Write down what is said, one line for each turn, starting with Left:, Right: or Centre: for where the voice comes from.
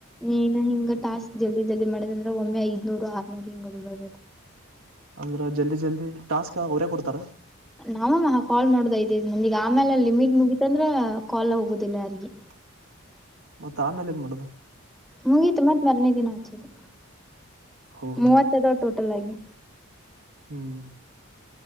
Centre: ನೀನ ಹಿಂಗ ಟಾಸ್ಕ್ ಜಲ್ದಿ ಜಲ್ದಿ ಮಾಡದ ಅಂದ್ರೆ ಒಮ್ಮೆ ಐದ್ನೂರು ಆರ್ನೂರು ಹಿಂಗ. <inaudible>
Right: ಅಂದ್ರ ಜಲ್ದಿ ಜಲ್ದಿ ಟಾಸ್ಕ್ ಅವರೇ ಕೊಡ್ತಾರ.
Centre: ನಾವಮ್ಮ ಕಾಲ್ ಮಾಡೋುದ ಇದ್ದೇ ನನ್ಗೆ ಆಮೇಲೆ ಲಮಿಟ್ ಮುಗೀತಂದ್ರೆ ಕಾಲ್ ಹೋಗೋುದಿಲ್ಲ ಯಾರಿಗೆ.
Right: <unintelligible> ಮತ್ತೆ ಆಮೇಲೆ ಏನ್ ಮಾಡದು.
Centre: ಮುಗೀತು ಮತ್ತ್ ಮರನೇ ದಿನ ಹಚ್ಚದು
Right: ಹೋ ಹೋ
Centre: ಮೂವತ್ತ ಅದಾವ ಟೋಟಲ್ ಆಗಿ.
Right: ಹ್ಮ್